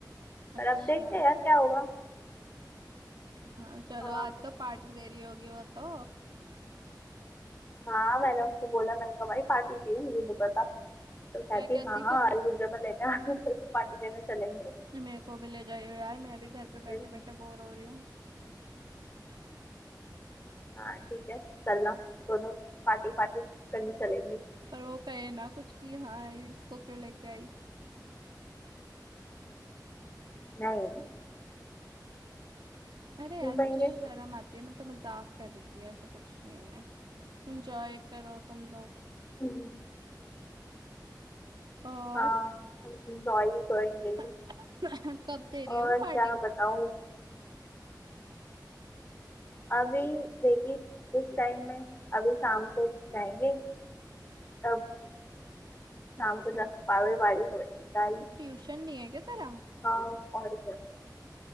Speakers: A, on the right; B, on the left.
A: अच्छा
B: पर अब देखते हैं यार क्या होगा
A: हाँ चलो
B: हाँ
A: आज तो पार्टी दे रही होगी वो तो
B: हाँ मैंने उसको बोला मैंने कहा भाई पार्टी चाहिए मुझे नहीं पता तो
A: तो
B: कहती
A: क्या कहती
B: हाँ हाँ
A: फिर
B: आज रुक जा मैं लेने आ रही हूँ तेरे को पार्टी करने चलेंगे
A: मेरे को भी ले जाइयो यार मैं अभी घर पे बैठे
B: फिर
A: बैठे बोर हो रही हूँ
B: हाँ ठीक है चलना दोनों पार्टी पार्टी करने चलेंगे
A: पर वो कहे ना कुछ कि हाँ इसको क्यों लेके आई
B: नहीं
A: अरे
B: क्यों
A: यार मुझे
B: कहेंगे
A: शर्म आती है मैं तो मजाक कर रही थी ऐसे कुछ नहीं है इंजॉय करो तुम लोग
B: हम्म,
A: और
B: हाँ हम इंजॉय करेंगे
A: <coughs> <laughs> कब दे रही
B: और
A: है वो
B: क्या
A: पार्टी
B: बताऊं अभी देखिए कुछ टाइम में अभी शाम को जाएंगे तब
A: अच्छा
B: शाम को जा पावे वाड़ी होएंगे गाइस
A: तो ट्यूशन नहीं है क्या तेरा
B: हाँ और क्या